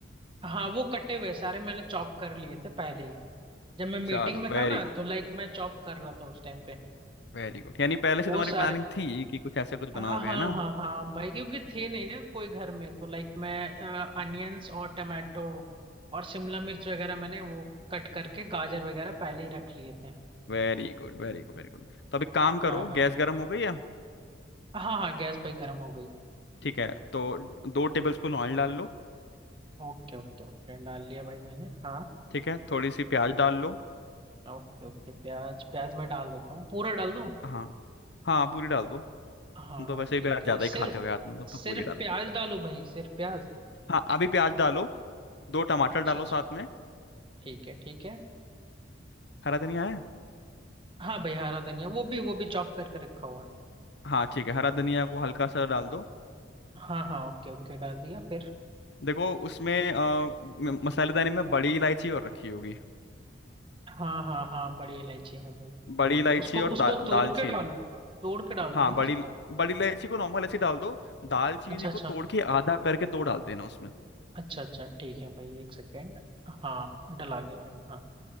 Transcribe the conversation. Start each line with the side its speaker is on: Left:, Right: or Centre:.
Right: हाँ वो कटे हुए सारे मैंने चॉप कर लिए थे पहले ही जब मैं मीटिंग
Left: चलो
Right: में
Left: वेरी
Right: था ना
Left: गुड
Right: तो लाइक मैं चॉप कर रहा था उस टाइम पे
Left: वेरी गुड यानी पहले
Right: वो
Left: से तुम्हारी
Right: सारे
Left: प्लानिंग थी कि कुछ ऐसे कुछ
Right: हाँ
Left: बनाओगे
Right: हाँ
Left: है ना
Right: हाँ हाँ भाई क्योंकि थे नहीं ना कोई घर में तो लाइक मैं अनियंस और टमाटो और शिमला मिर्च वगैरह मैंने वो कट करके गाजर वगैरह पहले ही रख लिए थे
Left: Very good very good very good तो अब एक काम करो
Right: हाँ हाँ
Left: गैस गर्म हो गई है
Right: हाँ हाँ गैस भाई गर्म हो गई
Left: ठीक है तो दो टेबल स्पून ऑयल डाल लो
Right: ओके ओके ओके डाल लिया भाई मैंने हाँ
Left: ठीक है थोड़ी सी प्याज डाल लो
Right: ओके ओके प्याज प्याज मैं डाल देता हूँ पूरा डाल दूँ
Left: हाँ हाँ पूरी डाल दो
Right: हाँ हाँ
Left: तुम तो वैसे ही
Right: ठीक
Left: प्याज ज्यादा
Right: है
Left: ही
Right: सिर्फ
Left: खाते हो यार तुम तो, तो
Right: सिर्फ
Left: पूरी डाल लो
Right: प्याज डालूं भाई सिर्फ प्याज
Left: हाँ अभी प्याज डालो दो टमाटर
Right: अच्छा
Left: डालो
Right: अच्छा
Left: साथ में
Right: ठीक है ठीक है
Left: हरा धनिया है
Right: हाँ भाई हरा धनिया वो भी वो भी चॉप करके रखा हुआ है
Left: हाँ ठीक है हरा धनिया को हल्का सा डाल दो
Right: हाँ हाँ ओके ओके डाल दिया फिर
Left: देखो उसमें अ, म- मसालेदानी में बड़ी इलायची और रखी होगी
Right: हाँ हाँ हाँ बड़ी इलायची है भाई
Left: बड़ी
Right: वो भी
Left: इलायची
Right: उसको
Left: और
Right: उसको
Left: दा,
Right: तोड़
Left: दालचीनी
Right: के डालो तोड़ के डालो
Left: हाँ
Right: भाई
Left: बड़ी
Right: उसको
Left: बड़ी इलायची को नॉर्मल ऐसे डाल दो दालचीनी
Right: अच्छा अच्छा
Left: को तोड़ के आधा करके दो डाल देना उसमें
Right: अच्छा अच्छा ठीक है भाई एक सेकेंड हाँ डला गया भाई हाँ